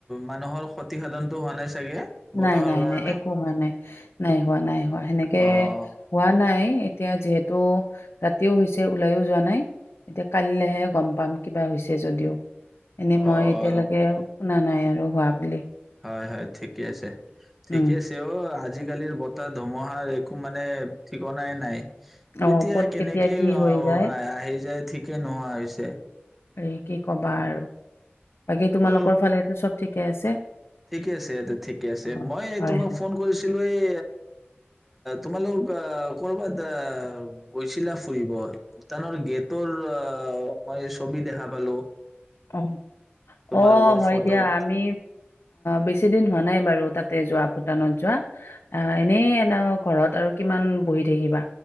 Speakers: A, in the centre; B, on the left.
A: মানুহৰ ক্ষতিসাধনতো হোৱা নাই চাগে বতাহৰ
B: নাই নাই
A: কাৰণে
B: নাই, একো হোৱা নাই। নাই হোৱা নাই, হোৱা সেনেকে
A: অ',
B: হোৱা নাই। এতিয়া যিহেতু ৰাতিও হৈছে, ওলাইও যোৱা নাই। এতিয়া কাইলৈহে গম পাম কিবা হৈছে যদিও। এনেই মই
A: অ',
B: এতিয়ালৈকে শুনা নাই আৰু, হোৱা বুলি।
A: হয় হয় ঠিকে আছে। ঠিকে
B: উম,
A: আছে অ', আজি আজিকালিৰ বতাহ ধুমুহাৰ একো, মানে ঠিকনাই নাই। কেতিয়া
B: অ', ক'ত
A: কেনেকে,
B: কেতিয়া কি হৈ
A: আহ
B: যায়
A: আহ আহি যায় ঠিকে নোহোৱা হৈছে।
B: হেৰি কি ক'বা আৰু। বাকী তোমালোকৰ
A: অ',
B: ফালেটো চব ঠিকে আছে?
A: ঠিকে আছে, ঠিকে আছে।
B: অ',
A: মই
B: হয়,
A: তোমাক
B: হয়।
A: ফোন কৰিছিলোঁ এই তোমালোকক লোক ক'ৰবাত এ গৈছিলা ফুৰিব, ভূটানৰ গেটৰ অ', মই ছবি দেখা পালো।
B: অ,
A: তোমালোকৰ
B: অ, হয়
A: ফটোত,
B: দিয়া আমি বেছিদিন হোৱা নাই বাৰু, তাতে যোৱা ভূটানত যোৱা। এনেই এ ঘৰত আৰু কিমান বহি থাকিবা?